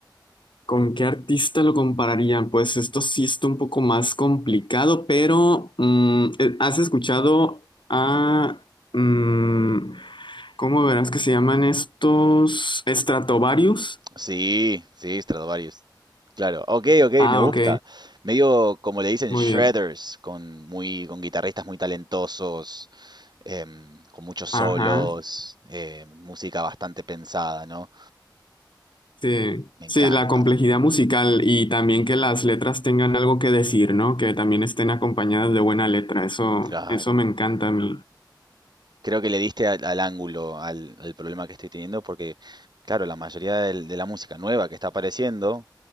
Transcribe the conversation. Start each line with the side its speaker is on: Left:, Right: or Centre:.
Left: ¿Con qué artista lo compararía? Pues esto sí está un poco más complicado, pero mm, eh, ¿has escuchado a... mm, ¿cómo verás que se llaman estos? ¿Stratovarius?
Right: Sí, sí, Stradivarius. Claro. Ok, ok,
Left: Ah,
Right: me gusta.
Left: ok,
Right: Medio como le dicen
Left: muy
Right: shredders,
Left: bien.
Right: con muy, con guitarristas muy talentosos, em, con muchos solos,
Left: Ajá,
Right: em, música bastante pensada, ¿no?
Left: sí.
Right: Me encanta.
Left: Sí, la complejidad musical y también que las letras tengan algo que decir, ¿no? Que también estén acompañadas de buena letra. Eso,
Right: Claro.
Left: eso me encanta a mí.
Right: Creo que le diste al, al ángulo, al, al problema que estoy teniendo, porque, claro, la mayoría del- de la música nueva que está apareciendo,